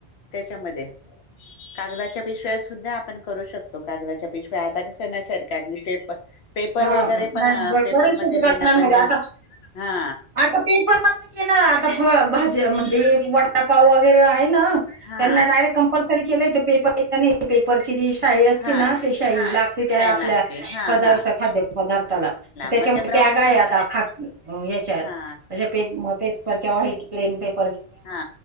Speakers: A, on the left; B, on the right.
A: त्याच्यामध्ये.. कागदाच्या पिशव्या सुद्धा आपण करू शकतो. कागदाच्या पिशव्या आता कसं ना. सरकारनी पेप.. पेपर
B: हा
A: मध्ये वगैरे पण
B: नाही ब-
A: पेपरमध्ये
B: बऱ्याचशा दुकानांमध्ये
A: देणं बंद हा..
B: आता आता ते पण आम्ही केल. आता भाजी म्हणजे वडापाव वगैरे आहे. ना
A: हा
B: त्यांना डायरेक्ट कंपल्सरी केलय. ते पेपर.. पेपर ची लिस्ट शाई असतती
A: हा
B: ना? ते शाई ला त्या..
A: दिसाय
B: आपल्या
A: लागते हा
B: पदार्थ
A: हा
B: खाद्य पदार्थाला. त त्याच्या
A: मग
B: मधे
A: ते ब्राऊन
B: बॅगाये आता अच्छा..
A: हा
B: अश्या पेप.. पेपरच्या व्हाइट प्लेन पेप
A: हा